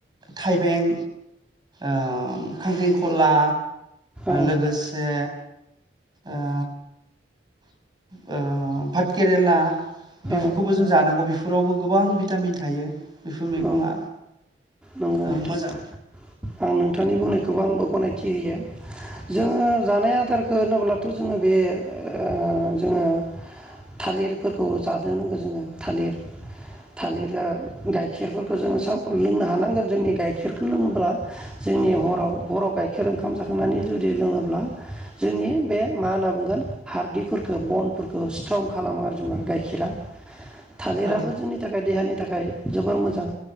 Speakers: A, on the right; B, in the centre.
A: थाइबें ओम खांख्रिंखला
B: औ
A: लोगोसे ओ ओ भात केेरेला बेफोरखौबो
B: औ
A: जों जानांगौ बे फोरावबो गोबां भिटामिन थायो बेफोर मैगङा
B: औ नंगौ
A: ओ
B: नोंथां
A: मोजां
B: आं नोंथांनि बुंनायखौबो आंबो गनाय थि होयो जोङो जानाय आदारखौ होनोब्लाथ' जोङो बे ओ जोङो थालिरफोरखौ जानो नांगौ जोङो थालिर थालिरा गाय खेरफोरखौ जोङो साफ्रोमबो लोंनो हानांगोन जोंनि गाइखेरखौ लोङोब्ला जोंनि हराव हराव गाइखेर ओंखाम जाखांनानै जुदि लोङोब्ला जोंनि बे मा होनना बुंगोन हारदिफोरखौ बनफोरखौ स्ट्रं खालामो आरो जेनेबा गाइखेरा थालिराबो
A: औ
B: जोंनि थाखाय देहानि थाखाय जोबोर मोजां